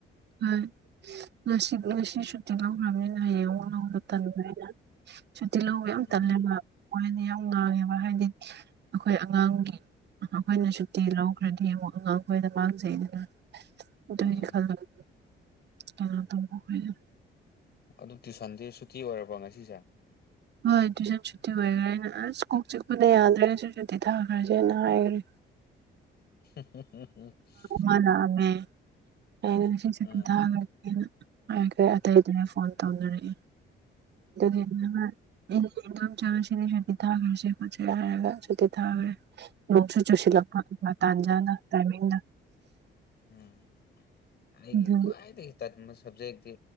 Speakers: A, on the right; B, on the left.
A: ꯎꯝ ꯉꯁꯤ ꯉꯁꯤ ꯁꯨꯇꯤ ꯂꯧꯈꯔꯝꯅꯤꯅ ꯍꯌꯦꯡꯃꯨꯛ ꯂꯧꯕ ꯇꯟꯕ ꯑꯩꯅ ꯁꯨꯇꯤ ꯂꯧꯕ ꯌꯥꯝ
B: ꯎꯝ
A: ꯇꯜꯂꯦꯕ ꯑꯣꯏꯔꯗꯤ ꯌꯥꯝ ꯉꯥꯡꯉꯦꯕ ꯍꯥꯏꯗꯤ ꯑꯈꯣꯏ ꯑꯉꯥꯡꯒꯤ ꯑꯈꯣꯏꯅ ꯁꯨꯇꯤ ꯂꯧꯈ꯭ꯔꯗꯤ ꯑꯃꯨꯛ ꯑꯉꯥꯡꯈꯣꯏꯗ ꯃꯥꯡꯖꯩꯗꯅ ꯑꯗꯨꯢ
B: ꯎꯝ
A: ꯈꯜꯂꯒ ꯀꯩꯅꯣ ꯇꯧꯕ ꯑꯈꯣꯢꯗꯣ
B: ꯑꯗꯨ ꯇꯨꯢꯁꯟꯗꯤ ꯁꯨꯇꯤ ꯑꯣꯏꯔꯕ꯭ꯔꯣ ꯉꯁꯤꯁꯦ
A: ꯍꯣꯏ ꯇꯨꯏꯁꯟ ꯁꯨꯇꯤ ꯑꯣꯏꯒ꯭ꯔꯦ ꯑꯩꯅ ꯑꯁ ꯀꯣꯛ ꯆꯤꯛꯄꯅ ꯌꯥꯗ꯭ꯔꯦ ꯁꯤ ꯁꯨꯇꯤ ꯊꯥꯈ꯭ꯔꯁꯦꯅ ꯍꯥꯏꯈ꯭ꯔꯦ
B: <inaudible>
A: ꯃꯥꯅꯥ ꯎꯝꯃꯦ ꯑꯩꯅ ꯉꯁꯤ ꯁꯨꯇꯤ
B: ꯎꯝ
A: ꯊꯥꯈ꯭ꯔꯁꯦꯅ ꯍꯥꯏꯈ꯭ꯔꯦ ꯑꯇꯩꯗꯨꯅꯦ ꯐꯣꯟ ꯇꯧꯅꯔꯛꯑꯦ ꯑꯗꯨ <unintelligible> ꯑꯩ <unintelligible> ꯉꯁꯤꯗꯤ ꯁꯨꯇꯤ ꯊꯥꯈ꯭ꯔ ꯁꯤ ꯈꯣꯠꯁꯦ ꯍꯥꯏꯔꯒ ꯁꯨꯇꯤ ꯊꯥꯈ꯭ꯔꯦ ꯅꯣꯡꯁꯨ ꯆꯨꯁꯤꯜꯂꯛꯄ ꯃꯇꯥꯟꯖꯥꯅ ꯇꯥꯏꯃꯤꯡꯗ
B: ꯎꯝ ꯑꯩꯒꯤ
A: ꯑꯗꯨꯒꯤ
B: ꯈ꯭ꯋꯥꯢꯗꯒꯤ ꯇꯟꯕ ꯁꯕꯖꯦꯛꯇꯤ